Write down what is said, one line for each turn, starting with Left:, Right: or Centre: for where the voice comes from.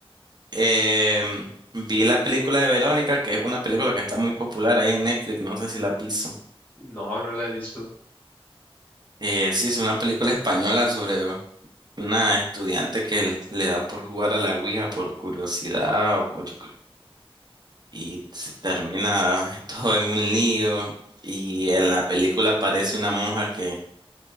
Right: em, vi la película de Verónica, que es una película que está muy popular ahí en Netflix, no sé si la piso.
Left: No, no la he visto.
Right: Eh, sí, es una película española sobre una estudiante que le da por jugar a la Ouija por curiosidad o- o yo creo- y se termina <laughs> todo en un lío. Y en la película aparece una monja que,